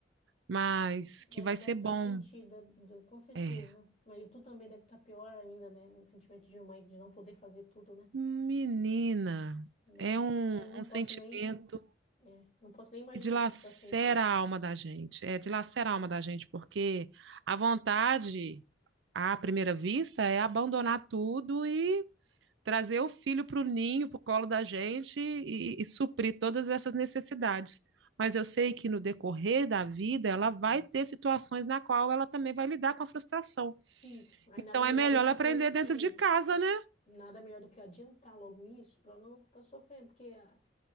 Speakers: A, on the right; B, on the left.
A: mas que
B: ela
A: vai
B: deve
A: ser bom.
B: estar sentida, d- com certeza.
A: É,
B: Mas tu também deve estar pior ainda, né? O sentimento de mãe de não poder fazer tudo, né?
A: menina,
B: É,
A: é um,
B: eu não
A: um sentimento
B: posso nem, é, não posso nem imaginar
A: que dilacera
B: o que tu tá sentindo.
A: a alma da gente. É, dilacera a alma da gente porque a vontade à primeira vista é abandonar tudo e trazer o filho para o ninho, para o colo da gente e, e suprir todas essas necessidades. Mas eu sei que no decorrer da vida ela vai ter situações na qual ela também vai lidar com a frustração.
B: Isso. Aí
A: Então
B: nada melhor
A: é melhor
B: do que
A: ela aprender
B: tu.
A: dentro
B: Isso.
A: de casa, né?
B: Nada melhor do que adiantar logo isso para não ficar sofrendo, porque a,